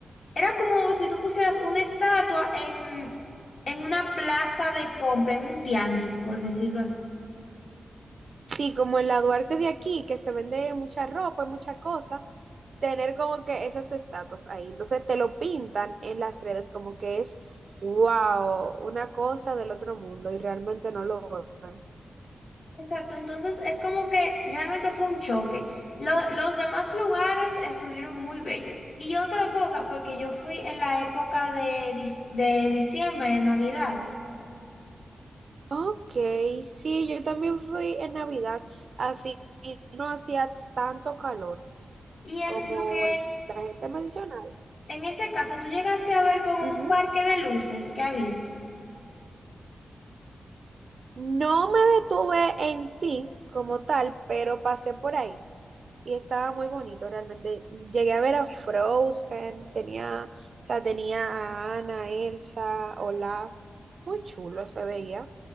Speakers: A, on the left; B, on the right.
A: era como si tú pusieras una estatua en, en una plaza de compra, en un tianguis, por decirlo así.
B: Sí, como en la Duarte de aquí, que se vende mucha ropa y muchas cosas, tener como que esas estatuas ahí. Entonces te lo pintan en las redes como que es, wow, una cosa del otro mundo y realmente no lo es.
A: Exacto, entonces es como que realmente fue un choque. Lo- los demás lugares estuvieron muy bellos. Y otra cosa fue que yo fui en la época de, dis- de diciembre, de Navidad.
B: Ok, sí, yo también fui en Navidad, así no hacía tanto calor
A: Y el,
B: como
A: lo que
B: la gente mencionaba.
A: en ese caso tú llegaste a ver como
B: Ujú.
A: un parque de luces que había.
B: No me detuve en sí como tal, pero pasé por ahí. Y estaba muy bonito realmente. Llegué a ver a Frozen, tenía, o sea, tenía a Anna, Elsa, Olaf. Muy chulo se veía,